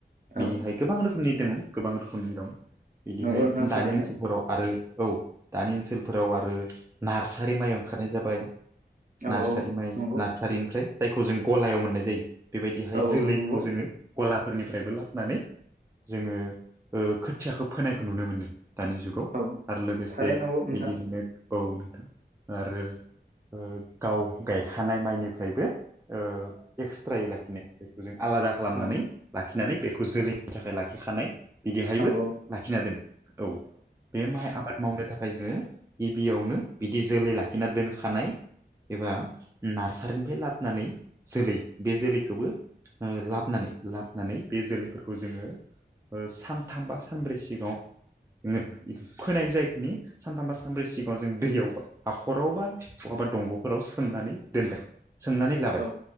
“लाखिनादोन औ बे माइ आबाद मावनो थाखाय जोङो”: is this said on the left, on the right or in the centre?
Right